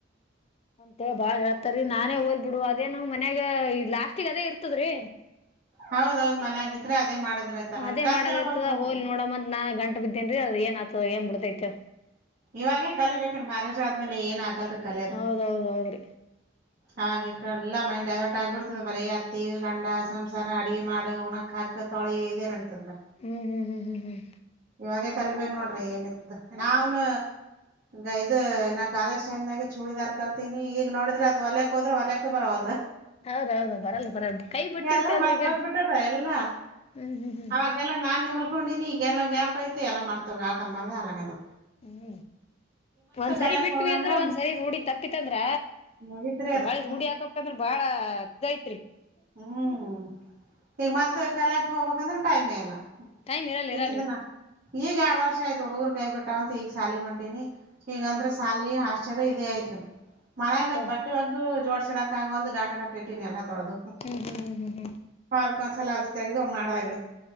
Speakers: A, on the left; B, on the right.
A: ಅಂತೇಳಿ ಬಾಳ್ ಹೇಳ್ತಾರಿ ನಾನೇ ಹೋದ ಬಿಡು ಅದೇ ನ್ ಮನ ಈಗ ಲಾಸ್ಟಿಗೆ ಅದೇ ಇರ್ತದ್ರೀ.
B: ಹೌದೌದ್ ಮನ್ಯಾಗಿದ್ರೆ ಅದೇ ಮಾಡಿದ್ರಯ್ತಲ್ಲ
A: ಅದೇ
B: ಕಲ್ತಿರ್ಬೇಕ್
A: ಮಾಡದ ಇರ್ತದ
B: ಸುಮ್
A: ಹೋಲ್ ನೋಡಮ ಅಂತ ನಾ ಗಂಟ ಬಿದ್ದೇನ್ರೀ ಅದ ಏನ್ ಆತದ ಏನ್ ಬಿಡತೈತೋ.
B: ಇವಾಗೇ ಕಲಿಬೇಕ್ರೀ ಮ್ಯಾರೇಜ್ ಆದ್ಮೇಲ ಏನ್ ಆಗಲ್ರಿ ಕಲಿಯೋದ.
A: ಹೌದೌದ್ ಹೌದ್ರಿ
B: ಹಾಗೆ ಕ ಎಲ್ಲ ಮೈಂಡ ಡೈವರ್ಟ್ ಆಗ್ಬಿಡ್ತದ ಬರೀ ಅತ್ತಿ ಗಂಡ ಸಂಸಾರ ಅಡಗೆ ಮಾಡ ಉಣಕ್ ಹಾ ಕ ತೊಳಿ ಇದೇನಡ್ತಿಲ್ಲ.
A: ಹ್ಮ್ ಹ್ಮ್ ಹ್ಮ್ ಹ್ಮ್ ಹ್ಮ್.
B: ಇವಾಗೇ ಕಲಿಬೇಕ ನೋಡ್ರಿ ಏನಿದ್ದು ನಾವನು ಈ ಇದ ನಾ ಕಾಲೇಜ್ ಟೈಮ್ದಾಗ ಚೂಡಿದಾರ ಕಲ್ತೀನಿ ಈಗ ನೋಡಿದ್ರ ಅದು ಒಲಕೋದ್ರ ಹೊರ್ಲಕ್ಕ ಬರವಲ್ದ.
A: ಹೌದೌದು ಬರಲ್ಲ ಬರಲ್ಲ ಕೈ ಬಿಟ್ಟಿರ್ತೇವಲ್ರಿ
B: ಎಲ್ಲ ಮತ್ತೋಗಬಿಟ್ಟದ
A: ಈಗ
B: ಎಲ್ಲ
A: ಹ್ಮ್ ಹ್ಮ್ ಹ್ಮ್
B: ಅವಾಗೆಲ್ಲ ನಾನೇ ಹೊಲ್ಕೊಂಡಿನಿ ಈಗೆಲ್ಲ ಗ್ಯಾಪ್ ಐತ ಎಲ್ಲಾ ಮಾಡ್ತ ಆರ್ದ ಮರ್ದ ಅಲಗತ
A: ಹ್ಮ. ಒಂದ್ಸರಿ
B: ಕಲ್ಯಕ್
A: ಬಿಟ್ವಿ
B: ಹೋಗಂದ್ರ
A: ಅಂದ್ರ ಒಂದ್ಸರಿ ರೂಡಿ ತಪ್ಪಿತ ಅಂದ್ರ
B: ಮುಗಿತ್ರಿ
A: ಅ
B: ಅದ
A: ಹೊಳೆ ರೂಡಿ
B: ಹ್ಮ್
A: ಹಾಕಂದ್ರ ಬಾಳ ಇದ್ದಐತ್ರಿ.
B: ಹ್ಮ ಈಗ ಮತ್ತ ಕಲ್ಯಕ ಹೋಗ್ಕ್ಂದ್ರ ಟೈಮೆ ಇಲ್ಲ.
A: ಟೈಮ್ ಇರಲ್ಲ
B: ಇಷ್ಟ
A: ಇರಲ್ಲರಿ.
B: ದಿನ ಈಗ ಎರಡ್ ವರ್ಷ ಆಯ್ತ ಹುಡುಗರು ಕೈ ಬಿಟ್ಟಾವಂತ ಈಗ ಸಾಲಿ ಹೊಂಟಿನಿ ಈಗಂದ್ರ
A: ಹ್ಮ್ ಹ್ಮ್
B: ಸಾಲಿ ಹ ಚಳ ಇದೇ ಆಯ್ತ ಮನ್ಯಾಗ
A: ಹ
B: ಬಟ್ಟೆ ಹೊಲದು ಜೋಡ್ಸಡಕ ಆಗವಲ್ತ ಗಂಡಗ ಅಟ್ಟ ಇಟ್ಟಿನ ಎಲ್ಲ. ತೊಳದು
A: ಹ್ಮ್ ಹ್ಮ್ ಹ್ಮ್ ಹ್ಮ್ ಹ್ಮ್
B: ವಾರಕ್ಕ ಒಂದ್ಸಲ ಅದು ತೆಗೆದು ಮಾಡದಾಗಿ